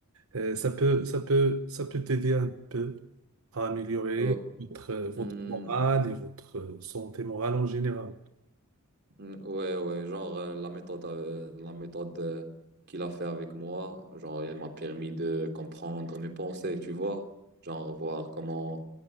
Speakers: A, on the right; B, on the right.
A: Euh, ça peut, ça peut, ça peut t'aider un peu à améliorer
B: Oh,
A: votre, votre
B: hmm.
A: morale et votre santé morale en général.
B: Mm, Ouais, ouais, genre euh, la méthode, euh, la méthode euh, qu'il a fait avec moi, genre il m'a permis de comprendre mes pensées, tu vois, genre voir comment